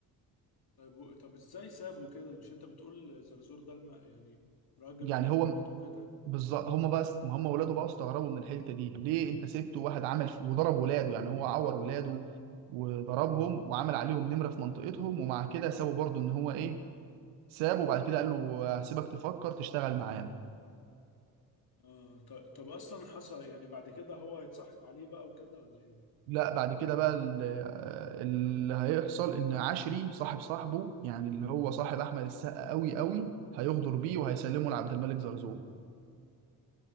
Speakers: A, on the left; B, on the right.
A: طب و... طب ازاي سابه كده مش انت بتقول زرزور ده الم... يعني راجل
B: يعني
A: وليه كلمته
B: هو
A: وكده
B: بالظبط هم بقى ما هم ولاده بقى استغربوا من الحته دي ليه انت سبت واحد عمل في... وضرب ولاده يعني هو عور ولاده وضربهم وعمل عليهم نمره في منطقتهم ومع كده سابوا برضه ان هو ايه سابه وبعد كده قال له هسيبك تفكر تشتغل معانا
A: اه طب... طب اصلا حصل يعني بعد كده هو هيتصاحب عليه بقى وكده ولا ايه
B: لا بعد كده بقى ال- اللي هيحصل ان عشري صاحب صاحبه يعني اللي هو صاحب احمد السقا قوي قوي هيغدر بيه وهيسلمه لعبد الملك زرزور